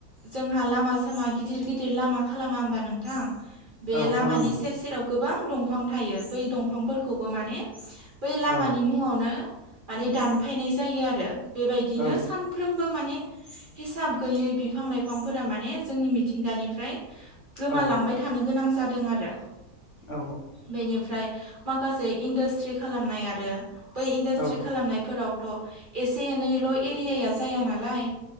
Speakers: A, on the right; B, on the left.
A: जोंहा लामा सामा गिदिर गिदिर लाम लामा खालामा होमबा नोंथां बे
B: औ
A: लामानि
B: खालामो
A: सेर सेराव गोबां दंफां थायो बै दंफांफोरखौबो माने बै लामानि
B: औ
A: मुङावनो माने दानफायनाय जायो आरो। बेबायदिनो
B: औ
A: सानफ्रोमबो माने हिसाब गैयै बिफां लाइफांफोरा माने जोंनि मिथिंगानिफ्राय गोमालांबाय
B: औ
A: थानो गोनां जादों आरो
B: औ
A: बेनिफ्राय माखासे इन्डास्ट्रि खालामनाय आरो बै इन्डास्ट्रि
B: औ नंगौ
A: खालामनायफोरावथ' एसे एनैल' एरियाया जाया नालाय